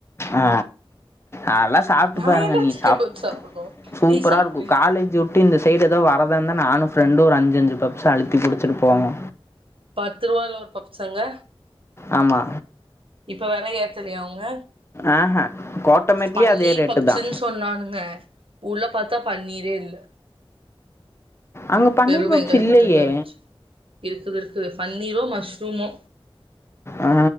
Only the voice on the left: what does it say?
ஆ அதல்லா சாப்ட்டு
பாருங்க
நீ
சாப்
சூப்பரா
இருக்கு காலேஜு ஒ ட்டி இந்த சைடு எதா வரதா இருந்தா நானும் ஃப்ரெண்டு ஒரு அஞ்சஞ்சு பப்ஸு அழுத்தி புடிச்சிட்டு போவோ
ஆமா
ஆஹே கோட்டமேட்லயு
அதே ரேட்டுதா
அங்க பன்னீர்
பப்ஸ்
இல்லயே
ஆ